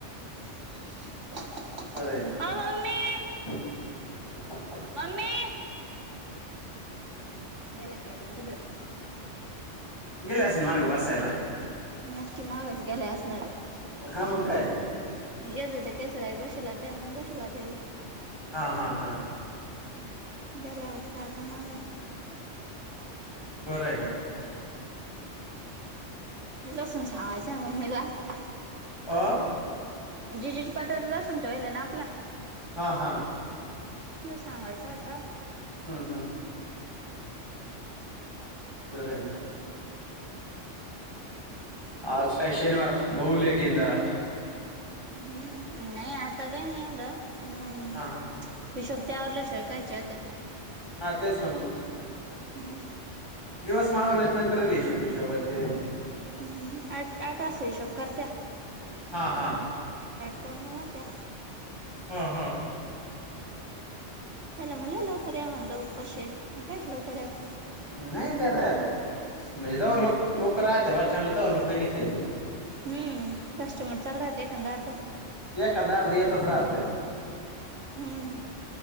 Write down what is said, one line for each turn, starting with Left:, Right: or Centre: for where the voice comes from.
Right: <inaudible>
Left: <inaudible>
Right: अ मम्मी मम्मी गेला काय अनं तिकडं.
Left: गेले अस माग बसायला.
Right: नक्की मागचं गेला असणाराय.
Left: हा मग काय.
Right: येत हो केसरा आहे बसला त्या मग बसला तिकडं.
Left: हा हा हा
Right: गेलाय वाटतता माग.
Left: बरं आहे ना.
Right: लसून हाय <unintelligible> <unintelligible>
Left: आ
Right: जेजुज पात्रात लसून तवल ना आपला
Left: हा हा
Right: ज सांगायचं आता
Left: हम् हम् बरं ना आज काय शनिवार बघु लेट येन जरा.
Right: हम्म नाही आता काही नाही एवढं. पण मग
Left: हा हा
Right: हिशोब त्या आवरल्याश ऐकायच्या त्या.
Left: हा तेच ना मग
Right: हम्म
Left: दिवस माळवल्याच नंतर इशोभिशो ते.
Right: हम्म आठ आठ असतो हिशोब करत्या.
Left: हा हा
Right: प्रनवाच्या
Left: हा हा
Right: चला म्हलं लवकर या म्हणलं उपाशीय मग कायच लवकर यात.
Left: नाही त्या आता म्हणजे जवरं लोक लोक राहत बस स्टँडला तरवर लोक नाही निघतात येत.
Right: हम्म कस्टमर चालू राहते एखादा अर्धा
Left: एकंद अर्ध येत तथच राहतयं
Right: हम्म